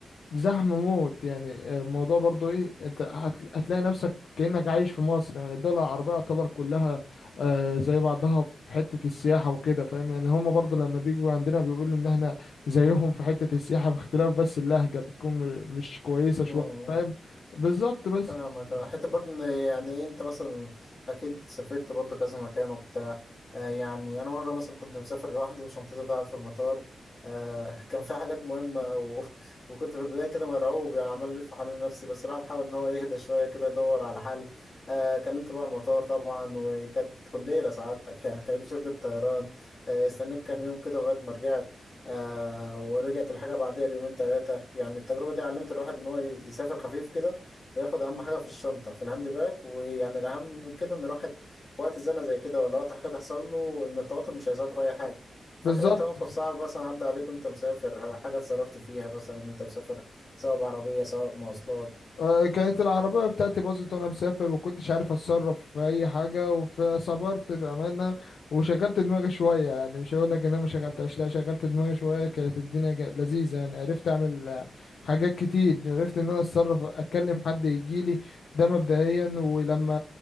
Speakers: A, on the left; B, on the left.
A: زحمة موت يعني الموضوع برضو ايه انت هت- هتلاقي نفسك كأنك عايش في مصر يعني الدول العربية يعتبر كلها آه، زي بعضها في حتة السياحة وكده فاهم يعني هم برضو لما بيجوا عندنا بيقولوا ان احنا زيهم في حتة السياحة باختلاف بس اللهجة بتكون م- مش كويسة شوية
B: آه.
A: فاهم بالظبط بس
B: فاهمك آه، حتى برضه ان يعني إيه، انت مثلا اكيد سافرت برضه كذا مكان وبتاع آه يعني انا مره مثلا كنت مسافر لوحدي وشنطتي ضاعت في المطار آه <laughs> كان فيها حاجات مهمه و... <laughs> وكنت في البدايه كده مرعوب يعني عمال الف حوالين نفسي بس الواحد حاول ان هو يهدى شويه كده يدور على حل آه كلمت بقى المطار طبعا وكانت كلية سعادتك <laughs> يعني كلمت شركه طيران آه استنيت كام يوم كده لغايه ما رجعت آه ورجعت الحاجه بعدها بيومين ثلاثه يعني التجربه دي علمت الواحد ان هو يسافر خفيف كده وياخد اهم حاجه في الشنطه في الهاند باج ويعني الاهم من كده ان الواحد وقت زنقه زي كده ولا وقت حاجه تحصل له ان التوتر مش هيساعده في اي حاجه فاكر
A: بالظبط
B: انت موقف صعب مثلا عدى عليك وانت مسافر حاجه اتصرفت فيها مثلا وانت مسافر سواء بعربيه سواء مواصلات
A: آه، كانت العربية بتاعتي باظت وأنا مسافر وكنتش عارف أتصرف في أي حاجة فصبرت بأمانة وشغلت دماغي شوية يعني مش هقول لك إن أنا ما شغلتهاش
B: مم.
A: لا شغلت دماغي شوية كانت الدنيا جا- لذيذة يعني عرفت أعمل آه، حاجات كتير عرفت إن أنا أتصرف أتكلم حد يجيلي ده مبدئيا ولما